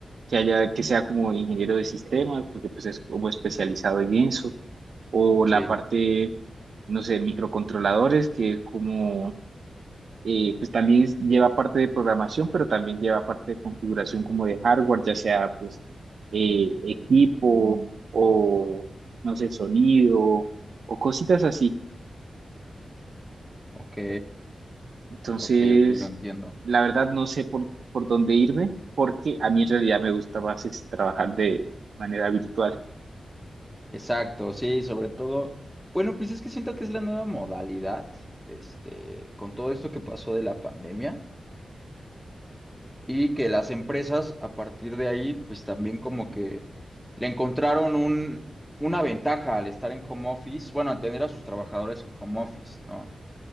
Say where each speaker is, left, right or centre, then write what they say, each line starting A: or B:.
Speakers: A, on the right; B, in the centre.
A: que haya, que sea como ingeniero de sistemas, porque pues es como especializado en eso, o la
B: Sí,
A: parte, no sé, microcontroladores, que es como eh, pues también es- lleva parte de programación, pero también lleva parte de configuración como de hardware, ya sea pues eh, equipo o, no sé, sonido o cositas así.
B: ok,
A: Entonces,
B: ok, ok, lo entiendo.
A: la verdad no sé por, por dónde irme, porque a mí en realidad me gusta más es trabajar de manera virtual,
B: Exacto, sí, sobre todo, bueno, pues es que siento que es la nueva modalidad, este, con todo esto que pasó de la pandemia. y que las empresas a partir de ahí, pues también como que le encontraron un, una ventaja al estar en home office, bueno, al tener a sus trabajadores en home office, ¿no?